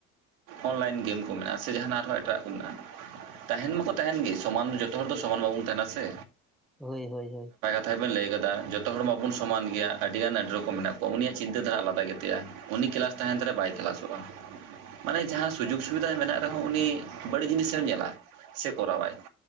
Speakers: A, on the right; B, in the centre.
A: ᱚᱱᱞᱟᱭᱤᱱ ᱜᱮᱢ ᱠᱚ ᱢᱮᱱᱟᱜᱼᱟ ᱥᱮ ᱡᱟᱦᱟᱱᱟᱜ ᱟᱨᱦᱚᱸ ᱮᱴᱟᱜ ᱠᱚ ᱢᱮᱱᱟᱜᱼᱟ ᱾ ᱛᱟᱦᱮᱱ ᱢᱟᱠᱚ ᱛᱟᱦᱮᱱ ᱜᱮ ᱥᱚᱢᱟᱱ ᱫᱚ ᱡᱚᱛᱚ ᱦᱚᱲ ᱫᱚ ᱥᱚᱢᱟᱱ ᱵᱟᱵᱚᱱ ᱛᱟᱦᱮᱱᱟ ᱥᱮ᱾
B: ᱦᱳᱭ, ᱦᱳᱭ, ᱦᱳᱭ ᱾
A: ᱛᱟᱭ ᱵᱮᱱ ᱞᱟᱹᱭ ᱟᱠᱟᱫᱟ ᱡᱚᱛᱚ ᱦᱚᱲ ᱢᱟᱵᱚᱱ ᱥᱚᱢᱟᱱ ᱜᱮᱭᱟ ᱟᱹᱰᱤ ᱜᱟᱱ ᱟᱹᱰᱤ ᱨᱚᱠᱚᱢ ᱢᱮᱱᱟᱜ ᱠᱚᱣᱟ ᱩᱱᱤᱭᱟᱜ ᱪᱤᱱᱛᱟᱹ ᱫᱷᱟᱨᱟ ᱟᱞᱟᱫᱟ ᱜᱮᱛᱟᱭᱟ ᱾ ᱩᱱᱤ ᱠᱮᱞᱟᱥ ᱛᱟᱦᱮᱱ ᱛᱟᱭ ᱨᱮ ᱵᱟᱭ ᱠᱮᱞᱟᱥᱚᱜᱼᱟ ᱾ ᱢᱟᱱᱮ ᱡᱟᱦᱟᱸ ᱥᱩᱡᱳᱜᱽ ᱥᱩᱵᱤᱫᱷᱟ ᱢᱮᱱᱟᱜ ᱨᱮᱦᱚᱸ ᱩᱱᱤ ᱵᱟᱹᱲᱤᱡ ᱡᱤᱱᱤᱥᱮ ᱧᱮᱞᱟ ᱥᱮ ᱠᱚᱨᱟᱣᱟᱭ ᱾